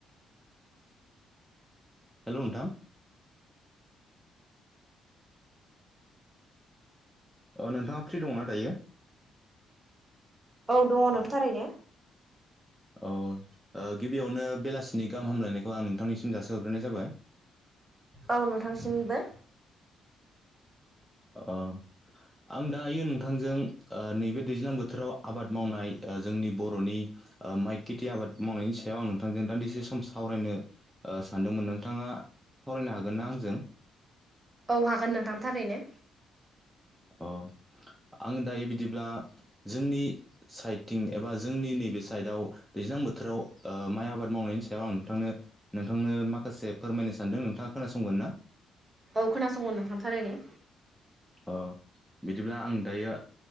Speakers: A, in the centre; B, on the right.
A: हेलौ नोंथां नोंथांङा फ्रि दंना दायो?
B: औ दङ नों थारैनो
A: अ ओ गिबियावनो बेलासिनि गाहाम हामलायनायखौ आं नोंथांनिसिम जासि हरग्रोनाय जाबाय।
B: औ नोंथांसिनिबो।
A: अ आं दायो नोंथांजों ओ नैबे दैज्लां बोथोराव आबाद मावनाय जोंनि बर'नि ओ माइ खेथि आबाद मावनायनि सायाव आं नोंथांजों दान्दिसे सम सावरायनो ओ सानदोंमोन नोंथाङा सावरायनो हागोन ना आंजों?
B: औ हागोन नोंथां थारैनो
A: अ आङो दायो बिदिब्ला जोंनि साइडथिं एबा जोंनि नैबे साइडआव दैज्लां बोथोराव म आब मावनायनि सायाव आं नोंथां नोंथांनो माखासे फोरमायनो सानदों नोंथाङा खोनासं गोन ना
B: औ खोनासंगोन नोंथां थारैनो
A: अ बिदिब्ला आं दायो